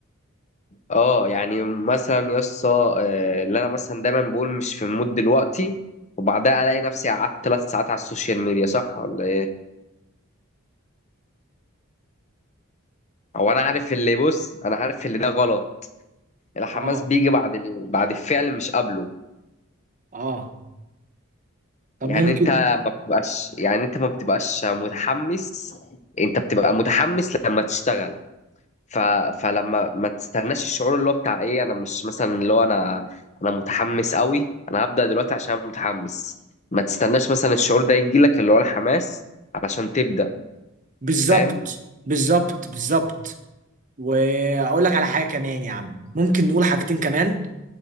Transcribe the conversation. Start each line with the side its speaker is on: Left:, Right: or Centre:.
Left: اه يعني مثلا يسطا آه، اللي انا مثلا دايما بقول مش في المود دلوقتي وبعدها الاقي نفسي قعدت ثلاث ساعات على السوشيال ميديا صح ولا هو انا عارف اللي بص انا عارف اللي ده غلط الحماس
Right: اه
Left: بيجي بعد ال... بعد الفعل مش قبله
Right: اه طب
Left: يعني
Right: ممكن
Left: انت ما بتبقاش يعني انت ما بتبقاش متحمس انت بتبقى متحمس لما تشتغل ف... فلما ما تستناش الشعور اللي هو بتاع ايه انا مش مثلا اللي هو انا انا متحمس قوي انا هبدأ دلوقتي عشان أنا متحمس ما تستناش مثلا الشعور ده يجي لك اللي هو الحماس علشان تبدأ
Right: بالظبط
Left: فاهم
Right: بالظبط بالظبط واقول لك على حاجه كمان يا عم ممكن نقول حاجتين كمان